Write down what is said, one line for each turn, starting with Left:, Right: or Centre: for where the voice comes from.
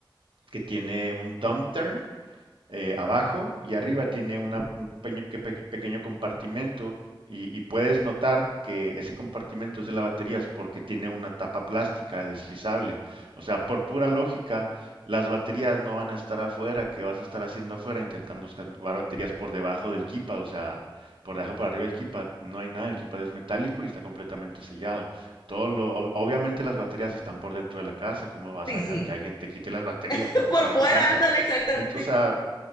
Right: que tiene un thumb turn, eh, abajo y arriba tiene una, un pequeño, pequeño compartimento y, y, puedes notar que ese compartimento es de las baterías porque tiene una tapa plástica deslizable. O sea, por pura lógica, las baterías no van a estar afuera, que vas a estar haciendo afuera intentando buscar baterías por debajo del kipa, o sea, por debajo para arriba del kipa, no hay nada, el kipa es metálico y está completamente sellado. Todo lo, obviamente las baterías están por dentro de la casa, ¿cómo vas
Left: sí,
Right: a dejar
Left: sí.
Right: que alguien te quite las baterías
Left: <laughs>
Right: para afuera
Left: Por fuera,
Right: de tu casa?
Left: ándale, exactamente.
Right: Entonces, o sea,